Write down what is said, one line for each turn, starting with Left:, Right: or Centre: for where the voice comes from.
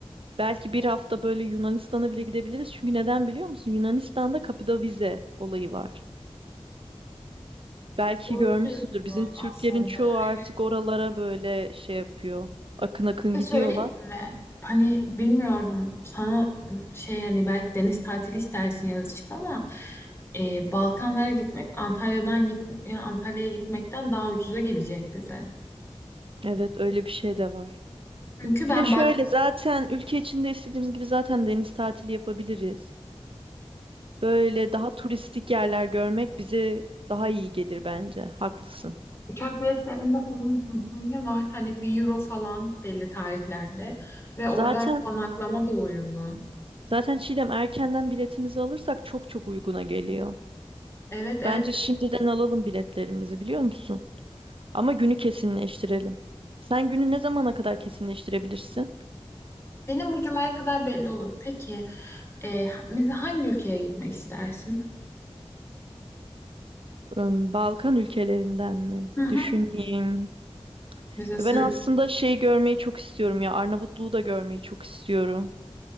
Right: belki bir hafta böyle Yunanistan'a bile gidebiliriz. Çünkü neden biliyor musun? Yunanistan'da kapıda vize olayı var. Belki
Left: Doğru
Right: görmüşsündür.
Left: diyorsun
Right: Bizim Türklerin
Left: aslında.
Right: çoğu artık
Left: Evet.
Right: oralara böyle şey yapıyor. Akın akın
Left: Bir
Right: gidiyorlar.
Left: De söyleyeyim mi? Hani bilmiyorum sana şey hani belki deniz tatili istersin yaz için ama e, Balkanlara gitmek Antalya'dan git ya Antalya'ya gitmekten daha ucuza gelecek bize.
Right: Evet, öyle bir şey de var.
Left: Çünkü ben
Right: Bir de şöyle
Left: bak
Right: zaten ülke içinde istediğimiz gibi zaten deniz tatili yapabiliriz. Böyle daha turistik yerler görmek bize daha iyi gelir bence. Haklısın.
Left: Uçak biletlerinde falan kampanya var. Hani bir euro falan belli tarihlerde. Ve
Right: Zaten
Left: orada konaklama da uygun.
Right: zaten Çiğdem erkenden biletimizi alırsak çok çok uyguna geliyor.
Left: Evet evet.
Right: Bence şimdiden alalım biletlerimizi biliyor musun? Ama günü kesinleştirelim. Sen günü ne zamana kadar kesinleştirebilirsin?
Left: Benim bu cumaya kadar belli olur. Peki e, mesela hangi ülkeye gitmek istersin?
Right: Im, Balkan ülkelerinden mi?
Left: Hı
Right: Düşüneyim.
Left: hı. Mesela Sırbistan.
Right: Ya ben aslında şey görmeyi çok istiyorum ya. Arnavutluğu da görmeyi çok istiyorum.